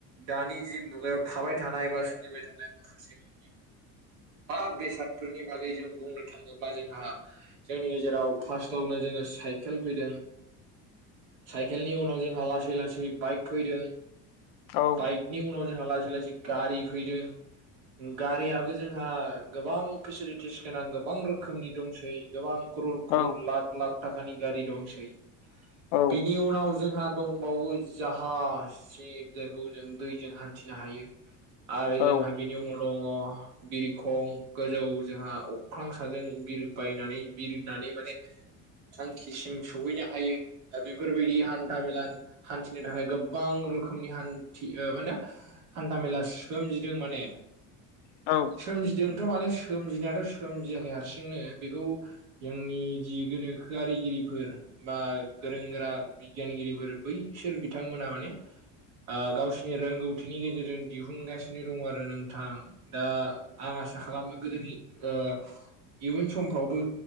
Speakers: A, on the right (about 90°); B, on the left (about 75°).
A: दानि जि मुगायाव थाबाय थानाय बा सोलिबाय थानाय माखासे <unintelligible> <unintelligible> बा बेसादफोरनि बागै जों बुंनो थाङोब्ला जोंहा जोंनि गेजेराव फार्स्टआवनो जोङो साइकेल फैदों साइकेलनि उनाव जोंहा लासै लासै बाइक फैदों
B: औ
A: बाइकनि उनाव जोंहा लासै लासै गारि फैदों उम गारियाबो जोंहा गोबां फेसिलिटिस गोनां गोबां रोखोमनि दंसै गोबां क्र'र क्र'र
B: औ
A: लाख लाख थाखानि गारि दंसै
B: औ
A: बिनि उनाव जोंहा दंबावो जाहास सिप जायखौ जों दैजों हान्थिनो हायो। आरो जोंहा
B: औ
A: बिनि उनाव दङ बिरखं गोजौ जोंहा अख्रां साजों बिर बायनानै बिरनानै माने थांखिसिम सहैनो हायो। बेफोरबायदि हान्था मेला हान्थिनो थाखाय गोबां रोखोमनि हान्थि मा होनो हान्था मेला सोमजिदों माने।
B: औ
A: सोमजिदोंथ' माने सोमजिनायाथ' सोमजियाखै हारसिंनो बेखौ जोंनि जि गोनोखोआरिगिरिफोर बा गोरों गोरा बिगियानगिरिफोर बैसोर बिथांमोना माने आ गावसिनि रोंगौथिनि गेजेरजों दिहुनगासिनो दङ आरो नोंथां दा आं आसा खालामो गोदोनि ओ इयुन समफ्रावबो